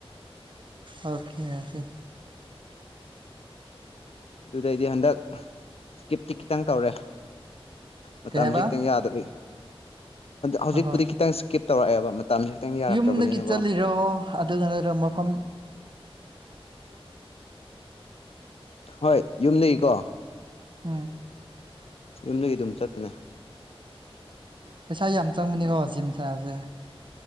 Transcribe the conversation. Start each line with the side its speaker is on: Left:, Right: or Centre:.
Right: ꯑꯣꯀꯦ ꯑꯣꯀꯦ
Left: ꯑꯗꯨꯗꯩꯗꯤ ꯍꯟꯗꯛ ꯏꯁꯀꯤꯞꯇꯤ ꯈꯤꯇꯪ ꯇꯧꯔꯦ ꯃꯇꯝꯁꯦ
Right: ꯀꯩ ꯍꯥꯏꯕ
Left: ꯈꯤꯇꯪ ꯌꯥꯗꯔꯤ ꯍꯧꯖꯤꯛꯄꯨꯗꯤ
Right: ꯑꯍꯣꯏ
Left: ꯈꯤꯇꯪ ꯏꯁꯀꯤꯞ ꯇꯧꯔꯛꯑꯦꯕ ꯃꯇꯝꯁꯦ ꯈꯤꯇꯪ ꯌꯥꯔꯛꯇ꯭ꯔꯕꯅꯤꯅꯀꯣ
Right: ꯌꯨꯝꯗꯒꯤ ꯆꯜꯂꯤꯠꯂꯤꯔꯣ ꯑꯗꯨꯒ ꯅꯠꯇ꯭ꯔꯒ ꯃꯐꯝ
Left: ꯍꯣꯏ ꯌꯨꯝꯗꯒꯤꯗꯒꯤꯀꯣ
Right: ꯎꯝ
Left: ꯌꯨꯝꯗꯒꯤ ꯑꯗꯨꯝ ꯆꯠꯄꯅꯦ
Right: ꯄꯩꯁꯥ ꯌꯥꯝ ꯆꯪꯕꯅꯤꯀꯣ ꯖꯤꯝ ꯁꯥꯁꯦ